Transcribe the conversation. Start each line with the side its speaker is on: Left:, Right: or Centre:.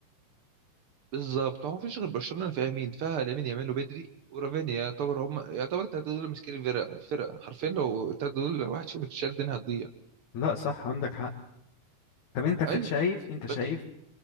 Right: بالظبط هو ما فيش غير برشلونه فيها مين فيها لامين يامال وبدري ورافينيا يعتبر هم يعتبر التلاته دول ماسكين الفرقه الفرقه حرفيا لو التلاته دول واحد فيهم اتشال الدنيا هتضيع
Left: لا صح عندك حق طب انت ف-
Right: ايوه
Left: شايف انت شايف
Right: بس